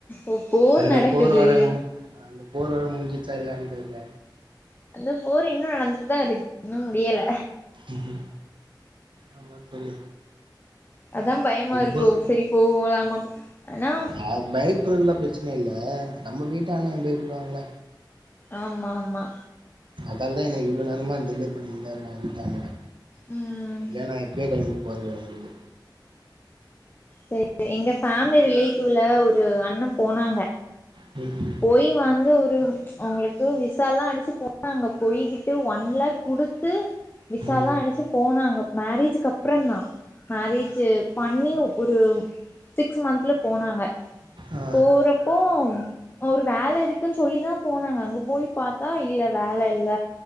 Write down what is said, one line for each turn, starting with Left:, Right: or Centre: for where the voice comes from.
Left: ஓ போர்
Right: அந்த
Left: நடக்குது
Right: போர் வேற அந்த போர் வேற முஞ்சிச்சா இல்லையான் தெர்ல
Left: அந்த போர் இன்னு நடந்துட்டு தா இருக் <inaudible> இன்னு முடியல
Right: ம் ஆமா தோழி
Left: அதா பயமாக
Right: ரொம்ப
Left: இருக்கோ செரி போலாமா ப் ஆனா
Right: ஆ பயப் ப்ருல்லா பிரச்சன இல்ல நம்ம வீட்ட ஆளுங்க பயப்படுவாங்ல
Left: ஆமாம்மா
Right: அதால்தா என்ன இவ்ளோ நாளுமா டிலே பண்ணிட்டு தா இருக்காங்க வீட்டாளுங்க
Left: ம்
Right: இல்ல நா எப்பயே கெளம் போறவேண்டிது
Left: சேரி சே <unintelligible> எங்க ஃபேமிலி ரிலேட்டிவ்ல ஒரு அண்ண போனாங்க
Right: ம்
Left: போய் வந்து ஒரு அவுங்களுக்கு விசாலா அடிச்சு போனாங்க போய்கி ட்டு ஒன் லேக் குடுத்து விசாலா
Right: ம்
Left: அடுச்சு போனாங்க மேரேஜூக்கு அப்றோந்தா மேரேஜூ பண்ணி ஒரு சிக்ஸ் மந்த்ல போனாங்க
Right: ஆ
Left: போறப்போ ஒரு வேல இருக்குன் சொல்லிதா போனாங்க அங்க போயி பாத்தா இல்ல வேல இல்ல